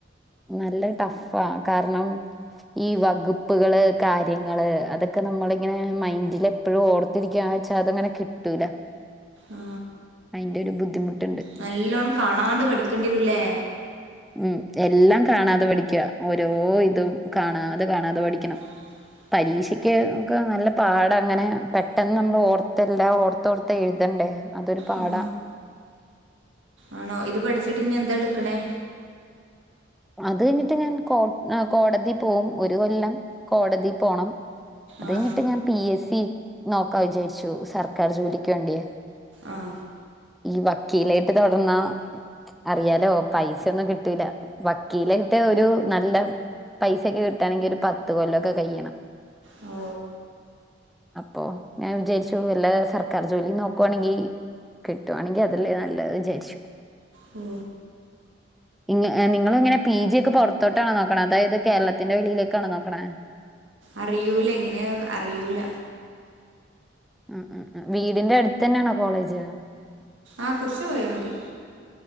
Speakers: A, in the centre; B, on the right.
A: നല്ല ടഫാ കാരണം ഈ വകുപ്പുകള് കാര്യങ്ങള് അതൊക്കെ ഒക്കെ നമ്മളിങ്ങനെ മൈന്ഡില എപ്പോഴും ഓർത്തിരിക്കാ വച്ചാ അതിങ്ങനെ കിട്ടൂല
B: ആ
A: അതിന്റെ ഒരു ബുദ്ധിമുട്ടുണ്ട്
B: നല്ലോണം കാണാണ്ട് പഠിക്കേണ്ടിരല്ലേ
A: ഉം എല്ലാം കാണാതെ പഠിക്കുക ഓരോ ഇതും കാണാതെ കാണാതെ പഠിക്കണം
B: <inaudible>
A: പരീക്ഷയ്ക്ക് ഒക്കെ നല്ല പാട അ അങ്ങനെ പെട്ടെന്ന് നമ്മള് ഓർത്തല്ല ഓർത്തോഓർത്തെ എഴുതണ്ടേ അതൊരു പാടാ
B: ഉം ആണോ ഇത് പഠിച്ചിട്ട് ഇ എന്ത എടു ടുക്കണേ
A: അത് കഴിഞ്ഞിട്ട് ഞാൻ കോ കോടതി പോകും ഒരു കൊല്ലം കോടതി പോണം അത്
B: ആ
A: കയിഞ്ഞിട്ട് ഞാൻ പി എസ് സി നോക്കാ വിചാരിച്ചു സർക്കാർ ജോലിക്ക് വേണ്ടിയേ
B: ആ
A: ഈ വക്കീലായിട്ട് തുടർന്ന അറിയാലോ പൈസൊന്നും കിട്ടൂല്ല വക്കീല യിട്ട്ഒരു നല്ല പൈസൊക്കെ കിട്ടുകയാണെങ്കിൽ ഒരു പത്ത് കൊല്ലൊക്കെ കഴിയണം
B: ആ
A: അപ്പൊ ഞാൻ വിചാരിച്ചു വല്ല സർക്കാർ ജോലി നോക്കുവാണെങ്കിൽ കിട്ടുവാണെങ്കിൽ അതില്ലേ നല്ലത് വിചാരിച്ചു
B: ഉ
A: ഇങ്ങ നിങ്ങ ഇങ്ങനെ പി ജി ഒക്കെ പുറത്തോട്ടാണ് നോക്കണ അതായത് കേരളത്തിന്റെ വെളിയിലേക്കാണ് നോക്കണ
B: അറിയൂല എങ്ങനെയ അറയിൂല
A: ഉം ഉം ഉ വീടിന്റെ അടുത്ത് തന്നെയാണോ കോളേജ്
B: ആ കുറിച്ച് പോയാൽ മതി